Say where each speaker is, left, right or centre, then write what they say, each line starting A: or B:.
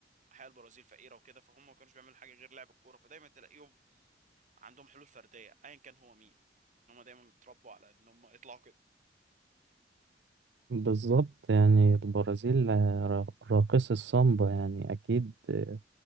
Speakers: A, on the right; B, on the right.
A: حياة البرازيل فقيرة وكده فهم ما كانوش بيعملوا حاجة غير لعب الكورة فدايما تلاقيهم عندهم حلول فرديه ايا كان هو مين ان هم دايما اتربوا على ان هم يطلعوا كده
B: بالظبط يعني البرازيل آه، را- راقص السامبا يعني أكيد آه،